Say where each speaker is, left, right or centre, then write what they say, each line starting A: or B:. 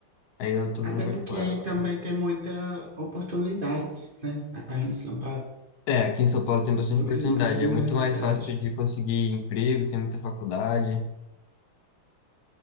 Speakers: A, on the left; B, on the right.
A: Aí eu tô fazendo
B: até
A: particular
B: porque aí
A: agora.
B: também tem muita oportunidade, né? Aí em São Paulo
A: É, aqui em São Paulo tem bastante
B: tem
A: oportunidade.
B: muita universidade,
A: É muito mais fácil de conseguir emprego, tem muita faculdade.